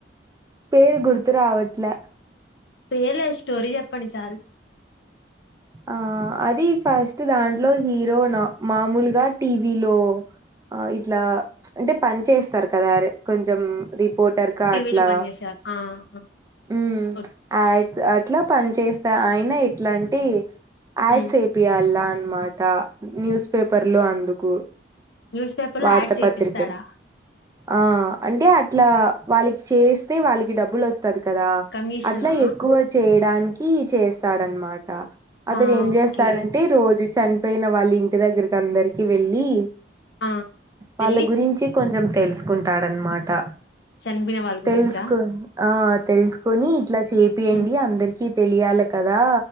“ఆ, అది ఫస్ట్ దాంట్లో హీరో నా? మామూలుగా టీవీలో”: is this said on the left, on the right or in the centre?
Right